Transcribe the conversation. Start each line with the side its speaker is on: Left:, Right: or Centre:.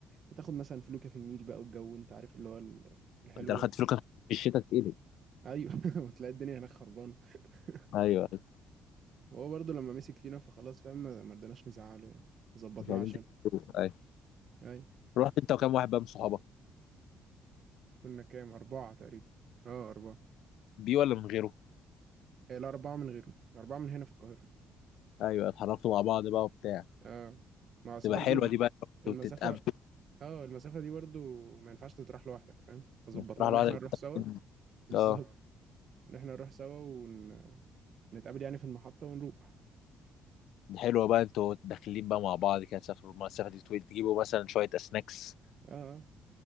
Right: بتاخد مثلا فلوكه في النيل بقى والجو انت عارف اللي هو ال- الحلو
Left: انت لو
Right: ده
Left: خدت فلوس في الشتاء تتقلب
Right: ايوه <laughs> وتلاقي الدنيا هناك خربانه <laughs>
Left: ايوه ايوه
Right: وهو برضه لما مسك فينا فخلاص فاهم ما ما رضيناش نزعله يعني ظبطناه
Left: مش عايزين
Right: عشان
Left: تكتبوا ايوه
Right: ايوه
Left: رحت انت وكام واحد بقى من صحابك
Right: كنا كام اربعه تقريبا اه اربعه
Left: بيه ولا من غيره
Right: إيه لا اربعه من غيره اربعه من هنا في القاهره
Left: ايوه اتحركتوا مع بعض بقى وبتاع
Right: اه ما اصل
Left: تبقى
Right: برضه
Left: حلوه
Right: ال-
Left: دي بقى انتوا
Right: المسافه
Left: بتتقابلوا
Right: اه المسافه دي برضه ما ينفعش تتراح لوحدك فاهم فظبطناه
Left: مش راح
Right: ان
Left: لوحدك
Right: احنا نروح
Left: بتاكل-
Right: سوا <laughs> بالظبط
Left: اه
Right: اه ان احنا نروح سوا ون... نتقابل يعني في المحطة ونروح
Left: دي حلوه بقى انتوا داخلين بقى مع بعض كده تسافروا المسافه دي طويل تجيبوا مثلا شويه سناكس
Right: اه آه.